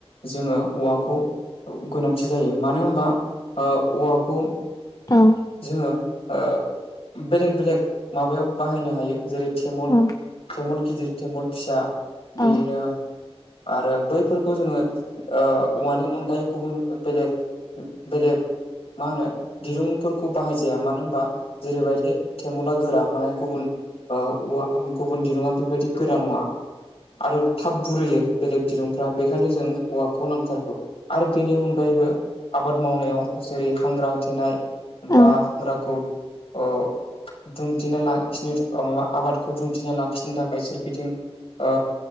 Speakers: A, on the left; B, on the left.
A: जोङो औवाखौ औ गोनांथि जायो मानो होनबा ओ औवाखौ
B: औ
A: जोङो ओ बेलेग बेलेग माबायाव बाहायनो हायो। जेरै तेमल
B: <inaudible>
A: तेमल गिदिर तेमल फिसा बिदिनो
B: औ
A: आरो बैफोरखौ जोङो ओ औवानि अनगायै गुबुन बेलेग बेलेग मा होनो दिरुंफोरखौ बाहायजाया मानो होनबा जेरैबायदि थेमुला गोरा माने गुबुन ओ औवा गुबुन दिरुंङा बेबायदि गोरा नङा। आरो थाब बुरैयो बेलेग दिरुंफ्रा बेखायनो जों औवाखौ नांथारगौ। आरो बेनि अनगायैबो आबाद मावनायाव जेरै हांग्रा होथेनाय बा
B: औ
A: हाग्राखौ ओ दुमथिना लाखिनो माबा आबाद खौ दुमथिना लाखिनो थाखाय सोरगिदिं ओ